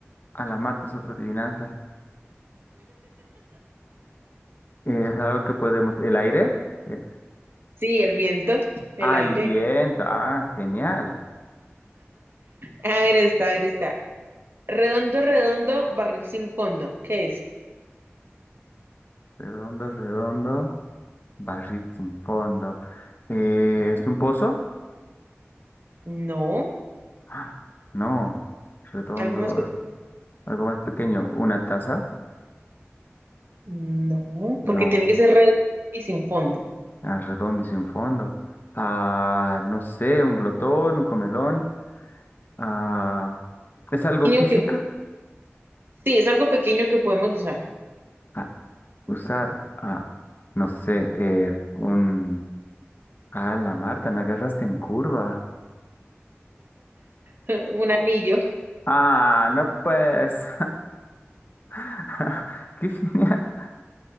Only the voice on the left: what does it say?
A la Marte es otra adivinanza. Eh, Es algo que podemos. ¿El aire? El...
Ah,
el viento. Ah, genial.
Redondo, redondo, barril sin fondo. Eh,
¿es un pozo?
¡Ah! No. Redondo,
algo más pequeño. ¿Una taza?
No.
Ah, redondo y sin fondo. Ah, no sé, un glotón, un comelón. Ah, ¿es algo
físico?
Ah, usar, ah, no sé, eh, un... Ah, la Marta, me agarraste en curva.
Ah, no pues. <laughs> Qué genial.